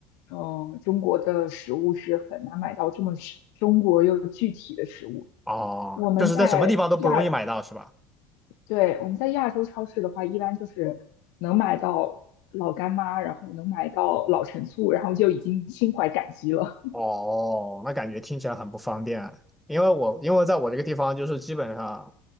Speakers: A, on the left; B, in the centre.
A: 嗯，中国的食物是很难买到这么是中国又具体的食物。
B: 哦，
A: 我们在亚，
B: 就是在什么地方都不容易买到，是吧？
A: 对，我们在亚洲超市的话，一般就是能买到老干妈，然后能买到老陈醋，然后就已经心怀感激了。
B: 哦，那感觉听起来很不方便，因为我因为在我这个地方，就是基本上